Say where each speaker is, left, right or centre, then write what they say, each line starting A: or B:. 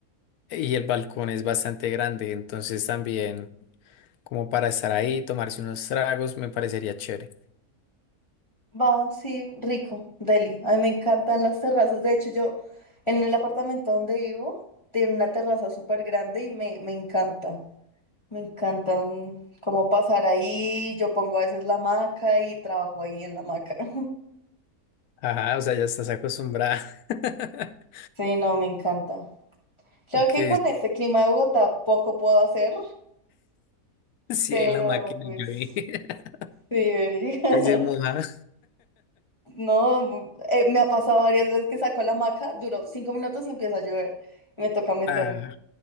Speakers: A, on the left; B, on the left.
A: y el balcón es bastante grande. Entonces también como para estar ahí, tomarse unos tragos, me parecería chévere.
B: Va, sí, rico, Delhi. A mí me encantan las terrazas. De hecho, yo en el apartamento donde vivo tiene una terraza súper grande y me, me encanta. Me encantan cómo pasar ahí. Yo pongo a veces la hamaca y trabajo ahí en la hamaca. <laughs>
A: Ajá, o sea, ya estás acostumbrada. <laughs>
B: Sí, no, me encanta. Claro
A: Ok,
B: que con este clima de Bogotá poco puedo hacer,
A: sí,
B: pero
A: en la máquina
B: pues
A: yo vi. <laughs>
B: sí, Eri. <laughs>
A: Ahí se moja.
B: No, eh, me ha pasado varias veces que saco la hamaca, duró cinco minutos y empieza a llover y me toca meterme.
A: Ah,